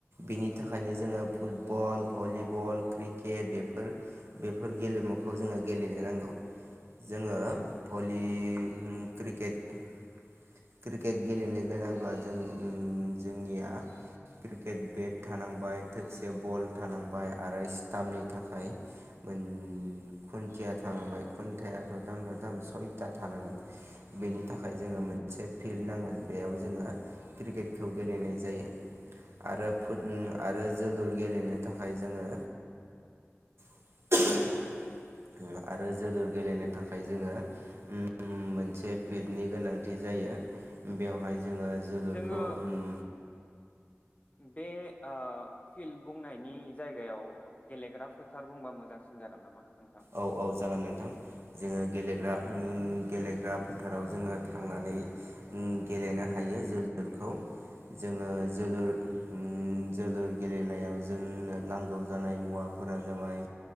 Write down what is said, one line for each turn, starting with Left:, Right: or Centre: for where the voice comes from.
Right: बिनि थाखायनो जोङो फुटबल, भलिबल,
Left: औ
Right: क्रिकेट बेफो र बेफोर गेलेमुखौ जोङो गेलेनो नांगौ। जोङो भलि, क्रिकेट क्रिकेट गेलेनो गोनांब्ला जों जोंनिया क्रिकेट बेट थानांबाय थोबसे बल थानांबाय आरो स्टाम्पनि थाखाय मोन खुन्थिया थानांबाय खुन्थाया खुन्थाया सयथा थानांगोन बेनि थाखाय जोङो मोन से फिल्ड नांगोन बेयाव जोङो क्रिकेटखौ गेलेनाय जायो आरो फुद आरो जोलुर गेलेनो थाखाय जोङो <inaudible> आरो जोलुर गेलेनो थाखाय जोङो मोनसे फिल्डनि गोनांथि जायो बेवहाय जोङो जोलुरखौ
Left: जोङो
Right: ओम
Left: बे ओ फिल्ड बुंनायनि जायगायाव गेलेग्रा फोथार बुंबा मोजांसिन जागोन नामा? नोंथां
Right: औ औ जागोन नोंथां जोङो गेलेग्रा ओम
Left: औ
Right: गेलेग्रा फोथाराव जोङो थांनानै उम गेलेनो हायो जोलुरखौ जोङो जोलुर उम जोलुर गेलेनायाव जोंनो नांगौ जानाय मुवाफोरा जाबाय